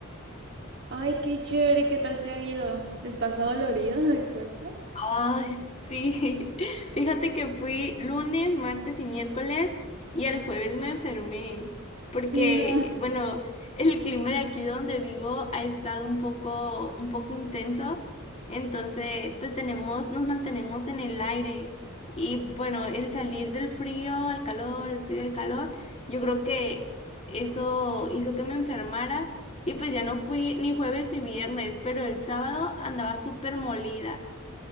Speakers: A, on the right; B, on the left.
A: Ay, qué chévere, ¿qué tal te ha ido? ¿Estás adolorida del cuerpo?
B: Ay, sí. <laughs> Fíjate que fui lunes, martes y miércoles y el jueves me enfermé porque,
A: No,
B: bueno, <laughs> el clima de aquí donde vivo ha estado un poco, un poco intenso. Entonces, pues tenemos, nos mantenemos en el aire. Y bueno, el salir del frío al calor, el frío al calor, yo creo que eso hizo que me enfermara. Y pues ya no fui ni jueves ni viernes, pero el sábado andaba súper molida.